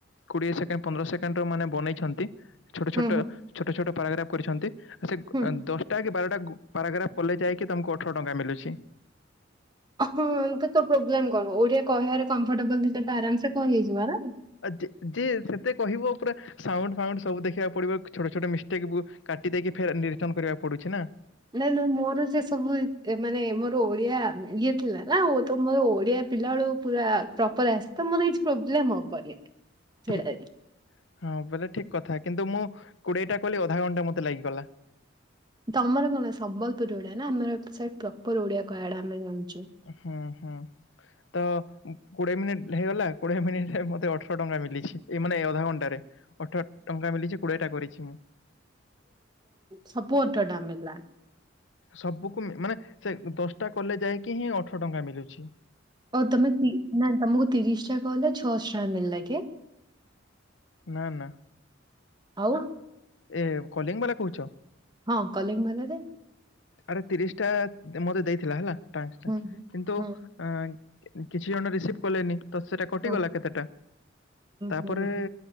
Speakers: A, on the left (about 65°); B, on the right (about 20°).
A: କୋଡ଼ିଏ ସେକେଣ୍ଡ ପନ୍ଦର ସେକେଣ୍ଡର ମାନେ ବନେଇଛନ୍ତି ଛୋଟ ଛୋଟ
B: ହୁଁ ହୁଁ
A: ଛୋଟ ଛୋଟ ପାରାଗ୍ରା୍ କରିଛନ୍ତି ଆସେ
B: ହୁଁ।
A: ଦଶ ଟା କି ବାରଟା ପାରାଗ୍ରା୍ କଲେ ଯାଇକି ତମକୁ ଅଠର ଟଙ୍କା ମିଲୁଛି
B: ହଁ ତ ପ୍ରୋବ୍ଲେମ୍ କଣ ଓଡ଼ିଆ କହିବାରେ କମ୍ଫର୍ଟେବଲ ଆରାମସେ କହି ହେଇଯିବନା।
A: ଯେ ଯେ ସେତେ କହିବ ପୁରା ସାଉଣ୍ଡ ଫାଉଣ୍ଡ ସବୁ ଦେଖିବାକୁ ପଡ଼ିବ ଛୋଟ ଛୋଟ ମିଷ୍ଟେକ୍ ବି କାଟି ଦେଇକି ଫେର ନିୟୁଟନ୍ କରିବାକୁ ପଡ଼ୁଚି ନା।
B: ନାଇଁ ନାଇଁ ମୋର ସେସବୁ ମାନେ ମୋର ଓଡ଼ିଆ ଇଏ ଥିଲାନା ଓ ତ ମୋର ଓଡ଼ିଆ ପିଲାବେେଳୁ ପୁରା ପ୍ରପର ଆସେ ତ ମୋର କିଛି ପ୍ରୋବ୍ଲେମ ହବ ନି ସେଟାରେ।
A: ଠିକ ହଁ ବେଲେ ଠିକ କଥା କିନ୍ତୁ ମୁଁ କୋଡିଏଟା କଲି ଅଧା ଘଣ୍ଟା ମତେ ଲାଗିଗଲା।
B: ତମର କଣ ସମ୍ବଲପୁର ଓଡିଆ ନା ଆମର ଏପଟ ସାଇଟ୍ ପ୍ରପର ଓଡିଆ କହିବାଟା ଆମେ ଜାଣିଚୁ।
A: ହୁଁ ହୁଁ ତ କୋଡିଏ ମିନିଟ୍ ହେଇଗଲା କୋଡିଏ ମିନିଟ ମତେ ଅଠର ଅଠର ଟଙ୍କା ମିଳିଛି ଏଇ ମାନେ ଅଧା ଘଣ୍ଟାରେ ଅଠର ଟଙ୍କା ମିିଛି କୋଡିଏଟା କରିଛି ତ ମୁଁ।
B: ସବୁ ଅଠର ଟାଙ୍କା ମିଳିଲା।
A: ସବୁକୁ ମାନେ ସେ ଦଶଟା କଲେ ଯାଇଁକି ହିଁ ଅଠର ଟଙ୍କା ମଳୁଛି।
B: ଆଉ ତମେ ନା ତମକୁ ତିରିଶ ଟଙ୍କା କଲ ଛଅଶହ ଟଙ୍କା ମିଳ ଲା କି?
A: ନା ନା।
B: ଆଉ
A: ଏ କଲିଙ୍ଗ ବାଲା କହୁଛ?
B: ହଁ କଲିଙ୍ଗ ବାଲା ରେ
A: ଆରେ ତିରିଶ ଟା ମୋତେ ଦେଇଥିଲା ହେଲା ଟାସ ଟା
B: ହୁଁ ହୁଁ
A: କିନ୍ତୁ
B: ହୁଁ
A: ଅ କିଛି ଜଣ ରିସିଭ କଲେନି। ତ ସେଟା କଟିଗଲା
B: ହୁଁ
A: କେତେଟା ତାପରେ
B: ହୁଁ ହୁଁ